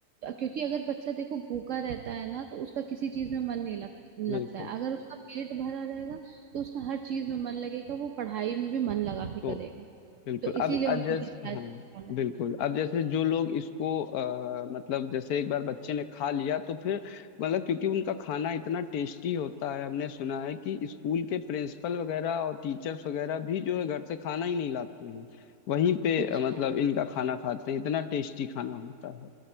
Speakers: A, on the right (about 60°); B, on the left (about 75°).
A: क्योंकि अगर बच्चा देखो भूखा रहता है ना तो उसका किसी चीज में मन नहीं लग, लगता
B: बिल्कुल
A: है अगर उसका पेट भरा रहेगा तो उसका हर चीज में मन लगेगा वो पढ़ाई में भी मन लगा के
B: तो
A: करेगा
B: बिल्कुल
A: तो
B: अब
A: इसीलिए
B: अब
A: उन्होंने
B: जैसे
A: शायद
B: हाँ
A: ये डाला है।
B: बिल्कुल अब जैसे जो लोग इसको आ, मतलब जैसे एक बार बच्चे ने खा लिया तो फिर मतलब क्योंकि उनका खाना इतना टेस्टी होता है हमने सुना है कि स्कूल के प्रिंसिपल वगैरह और टीचर्स वगैरह भी जो है घर से खाना ही नहीं लाते हैं वहीं पे
A: अच्छा
B: अ, मतलब इनका खाना खाते हैं इतना टेस्टी खाना होता है